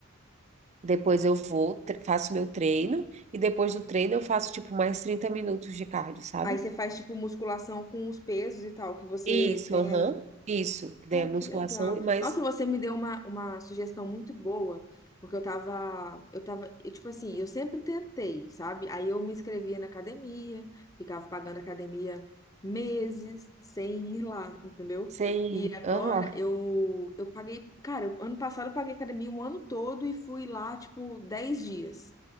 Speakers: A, on the right; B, on the left.
A: Depois eu vou, tre- faço meu treino, e depois do treino eu faço, tipo, mais trinta minutos de cardio, sabe?
B: Aí você faz, tipo, musculação com os pesos e tal, que você
A: Isso,
B: tem
A: aham,
B: aí.
A: isso, que
B: Cara,
A: daí é musculação
B: que legal.
A: e mais
B: Nossa, você me deu uma, uma sugestão muito boa, porque eu tava, eu tava, eu, tipo assim, eu sempre tentei, sabe? Aí eu me inscrevia na academia, ficava pagando academia meses sem ir lá, entendeu?
A: sem,
B: E agora
A: aham.
B: eu, eu paguei, cara, eu- ano passado eu paguei academia o ano todo e fui lá, tipo, 10 dias.